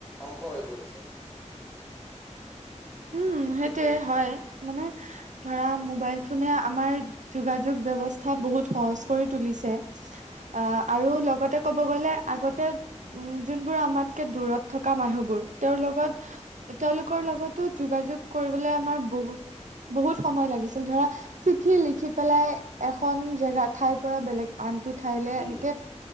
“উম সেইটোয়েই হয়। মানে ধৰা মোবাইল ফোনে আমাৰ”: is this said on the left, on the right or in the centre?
Right